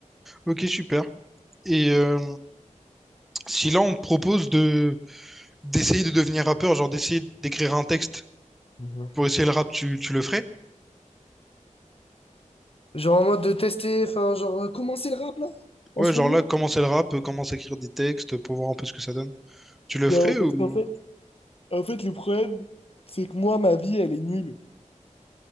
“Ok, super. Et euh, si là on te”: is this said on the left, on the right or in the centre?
Centre